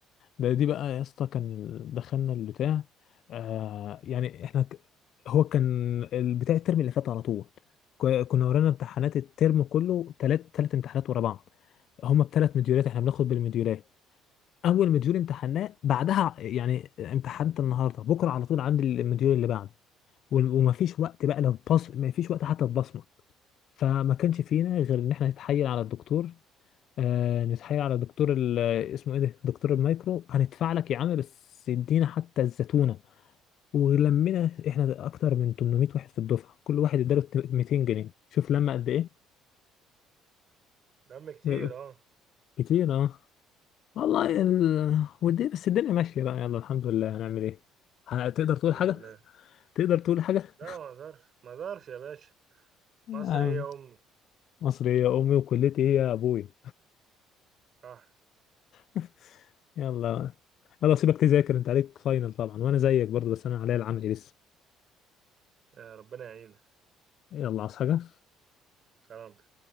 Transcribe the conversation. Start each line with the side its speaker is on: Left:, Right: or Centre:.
Left: ده دي بقى يا اسطى كان ال- دخلنا البتاع آه يعني احنا ك... هو كان البتاع الترم اللي فات على طول ك- كنا ورانا امتحانات الترم كله تلات تلات امتحانات ورا بعض هما بتلات مديولات احنا بناخد بالمديولات اول مديول امتحناه بعدها يعني امتحنت النهارده بكره على طول عندي المديول اللي بعده وال- ومفيش وقت بقى لو بص مفيش وقت حتى تبصمه فما كانش فينا غير ان احنا نتحايل على الدكتور آه نتحايل على دكتور ال- اسمه ايه ده دكتور المايكرو هندفع لك يا عم بس ادينا حتى الزتونه ولمينا احنا اكتر من 800 واحد في الدفعه كل واحد اداله 200 جنيه شوف لما قد ايه
Right: دم كتير
Left: آه،
Right: اه
Left: كتير اه والله ال... ودي بس الدنيا ماشيه بقى يلا الحمد لله هنعمل ايه هتقدر تقول
Right: الحمد
Left: حاجه
Right: لله
Left: تقدر تقول حاجه
Right: لا ما اقدرش ما اقدرش يا باشا
Left: يا
Right: مصر هي امي
Left: مصري يا امي وكلتي هي ابوي
Right: صح
Left: <laughs> يلا يلا سيبك تذاكر انت عليك فاينل طبعا وانا زيك برضو بس انا عليا العمل لسه
Right: يا ربنا يعينك
Left: يلا عاوز حاجة
Right: سلام